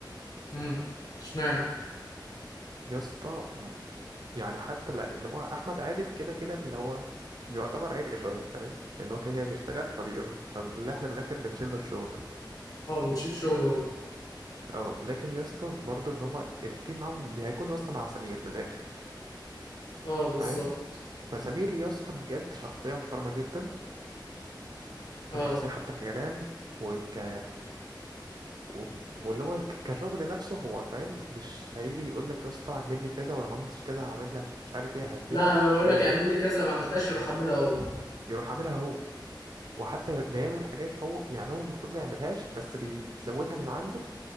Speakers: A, on the left (about 50°); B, on the right (about 60°).
A: امم اشمعنى
B: يا اسطى يعني حتى لا اللي هو احمد عادل كده كده اللي هو بيعتبر عبء شويه فاهم ان هو كده كده بيشتغل فبي فاللي احنا بالاخر بنشيل له الشغل
A: اه بتشيل شغله هو.
B: اه لكن يا اسطى برضه اللي هما التيم معاهم هيكون يا اسطى مع سمير من الاخر
A: اه بالظبط
B: فاهم فسمير يا اسطى بجد شخصيه محترمه جدا
A: اه
B: كشخصيه حتى ككلام وك و... واللي هو ك- كشغل نفسه هو فاهم مش هيجي يقول لك يا اسطى اعمل لي كذا ولو ما عملتش كذا هعمل لك مش عارف ايه ههددك
A: لا هو
B: ومش
A: يقول
B: عارف
A: لك اعمل
B: ايه
A: لي كذا ما عملتهاش يروح اعملها هو
B: يروح عاملها هو وحتى بيعمل حاجات هو يعني هو المفروض ما يعملهاش بس بيزودها من عنده